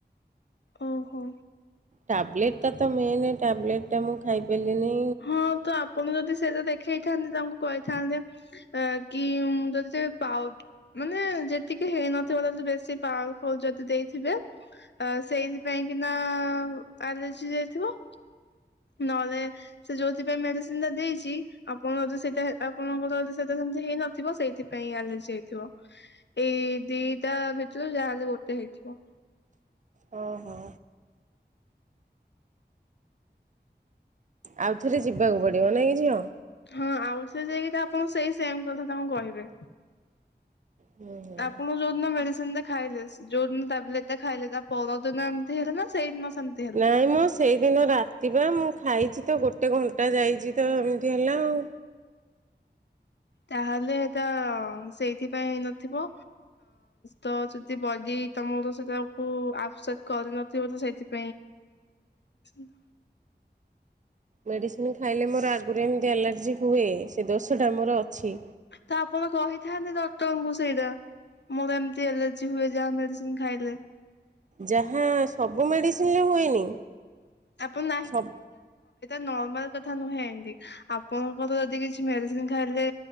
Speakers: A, on the left; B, on the right.
A: ଓହୋ।
B: ଟବଲେଟ ଟା ତ ମେନ ଟବଲେଟ ଟା ମୁଁ ଖାଇ ପାରିଲିନି।
A: ହଁ ତ ଆପଣ ଯଦି ସେଇଟା ଦେଖ ଖେଇଥାନ୍ତେ ତାଙ୍କୁ କହିଥାନ୍ତେ ଅ କି ଯଦି ସେ ପା ମାନେ ଯେତିକି ହେଇନଥିବ ତାଦ ବେଶୀ ପାୱ ଫୁଲ ଯଦି ଦେଇଥିବେ। ଅ ସେଇଥିପାଇଁ କି ନା ଆଲର୍ଜି ଯାଇଥିବ। ନହେଲେ ସେ ଯୋଉଥିପାଇଁ ମେଡିସିନ ଟା ଦେଇଛି ଆପଣ ଯଦି ସେଇଟା ଆପଣଙ୍କର ଯଦି ସେଟା ସେମିତି ହେଇନଥିବ ସେଇଥିପାଇଁ ପାଇଁ ଆଲର୍ଜି ହେଇଥିବ। ଏଇ ଦିଟା ଭିତରୁ ଯାହାହେଲେ ଗୋଟେ ହେଇଥିବ।
B: ହଁ ହଁ। ଆଉଥରେ ଯିବାକୁ ପଡ଼ିବ ନାହିଁ କି ଝିଅ?
A: ହଁ ଆଉ ସେ ଯାଇକି ଆପଣ ସେଇ ସେମ କଥା ତାଙ୍କୁ କହିବେ।
B: ହୁଁ ହୁଁ।
A: ଆପଣ ଯୋଉଦିନ ମେଡିସିନ ଟା ଖାଇଲେ ଯୋଉ ଦିନ ଟବଲେଟା ଖାଇଲେ ତା ପରଦିନ ଏମିତି ହେଲେ ନା ସେଇ ସମିତି।
B: <inaudible> ସେଇ ଦିନ ରାତିିବା, ମୁଁ ଖାଇଚି ତ ଗୋଟେ ଘଣ୍ଟା ଯାଇଚି ତ ତି ହେଲା ଆଉ।
A: ତା'ହେଲେ ସେଇଥି ପାଇଁ ହେଇନଥିବ। ତ ଯଦି ବଡ଼ି ତମର ସେଟାକୁ ଆ----କରିନଥିବ, ତ ସେଇଥି <unintelligible>
B: ମେଡ଼ିସିନି ଖାଇଲେ ମର ଆଗରୁ ଏମ୍ତି ଆଲାର୍ଜି ହୁଏ, ସେ ଦୋଷଟା ମର ଅଛି।
A: ତ ଆପଣ କହିଥାନ୍ତେ ଡକ୍ଟରଙ୍କୁ ସେଇଟା। ମୋର ଏମ୍ତି ଏଲର୍ଜି ହୁଏ, ଯାହା ମେଡ଼ିସିନ୍‌ ଖାଇଲେ।
B: ଯାହା ସବୁ ମେଡ଼ିସିନ୍‌ ହୁଏନି।
A: <inaudible>
B: ସବ
A: ନର୍ମାଲ୍ କଥା ନୁହେଁ ଆପଣଙ୍କର ଯଦି କିଛି ମେଡ଼ିସିନ୍‌ ଖାଇଲେ।